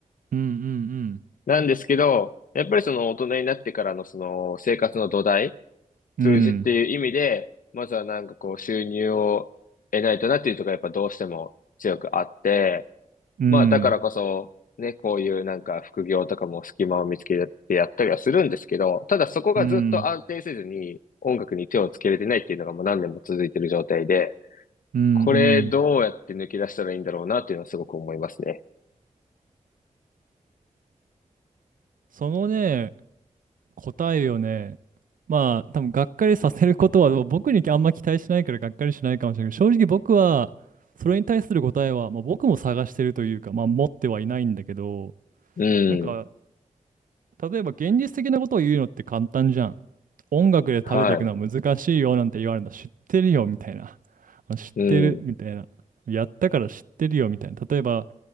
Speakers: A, on the right; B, on the left.
A: うんうん
B: なんですけど、やっぱりその大人になってからのその生活の土台、
A: うん、
B: 数字っていう意味で、
A: うん。
B: まずはなんかこう収入を得ないとなっていうところがやっぱどうしても強くあって、
A: うん。
B: まあ、だからこそ、ね、こういうなんか副業とかも隙間を見つけてやったりはするんですけど、ただそこがずっと安定せずに音楽に手をつけれてないっていうのがもう何年も続いてる状態で、
A: うんうんうん
B: これどうやって抜け出したらいいんだろうなっていうのはすごく思いますね。
A: そのね、答えをね、まあ、多分がっかりさせることは僕にあんま期待しないからがっかりしないかもしれないけど、正直僕は、それに対する答えは、まあ、僕も探してるというか、まあ、持ってはいないんだけど、
B: うん。
A: なんか、例えば現実的なことを言うのって簡単じゃん。音楽で食べていくのは難しいよなんて言われるの知ってるよみたいな。
B: はい。
A: あ知ってるみたいな。
B: うん。
A: やったから知ってるよみたいな。例えば